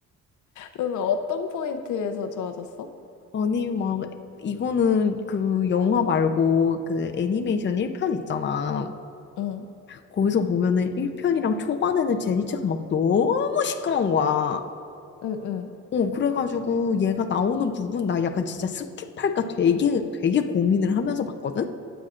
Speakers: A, on the left; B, on the left.
A: 너는 어떤 포인트에서 좋아졌어?
B: 아니, 막, 이거는 그 영화 말고 그 애니메이션 1편 있잖아.
A: 응,
B: 거기서 보면은 1편이랑 초반에는 제니체가 막 너무 시끄러운 거야.
A: 응, 응.
B: 어, 그래가지고 얘가 나오는 부분 나 약간 진짜 스킵할까 되게 되게 고민을 하면서 봤거든?